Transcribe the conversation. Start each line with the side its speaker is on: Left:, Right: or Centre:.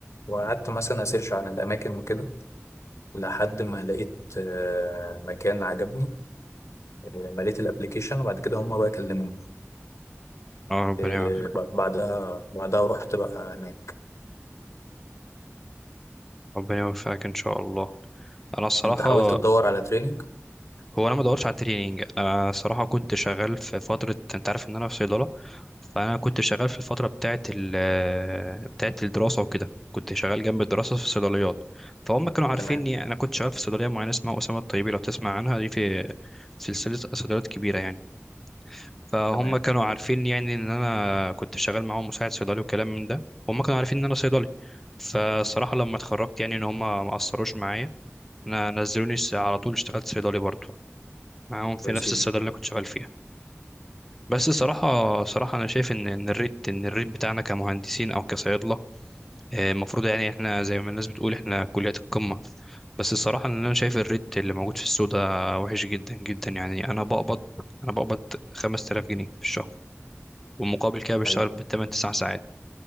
Left: وقعدت مثلا اسيرش عن الاماكن وكده لحد ما لقيت آه، مكان عجبني آه، مليت الابليكيشن وبعد كده هم بقى كلموني
Centre: اه ربنا
Left: إيه،
Centre: يوفقك
Left: ب- بعدها بعدها رحت بقى هناك
Centre: ربنا يوفقك ان شاء الله انا الصراحة
Left: انت حاولت تدور على تريننج
Centre: هو انا ما دورتش على التريننج انا صراحه كنت شغال في فتره انت عارف ان انا في صيدله فانا كنت شغال في الفتره بتاعه ال بتاعه الدراسه وكده كنت شغال جنب الدراسه في الصيدليات فهم كانوا عارفيني
Left: تمام
Centre: انا كنت شغال في صيدليه معينه اسمها اسامه الطيبي لو تسمع عنها دي في سلسله صيدليات كبيره يعني فهم
Left: تمام
Centre: كانوا عارفين يعني ان انا كنت شغال معاهم مساعد صيدلي وكلام من ده وهم كانوا عارفين ان انا صيدلي فالصراحه لما اتخرجت يعني ان هم ما قصروش معايا انا نزلوني على طول اشتغلت صيدلي برضو معاهم في
Left: كويس
Centre: نفس
Left: جدا
Centre: الصيدلية اللي كنت شغال فيها بس صراحة صراحة أنا شايف إن إن الريت إن الريت بتاعنا كمهندسين أو كصيادلة آه، المفروض يعني إحنا زي ما الناس بتقول إحنا كليات القمة بس الصراحة إن أنا شايف الريت اللي موجود في السوق ده وحش جدا جدا يعني أنا بقبض أنا بقبض 5000 جنيه في الشهر ومقابل كده بشتغل
Left: ايوه
Centre: بالتمن تسع ساعات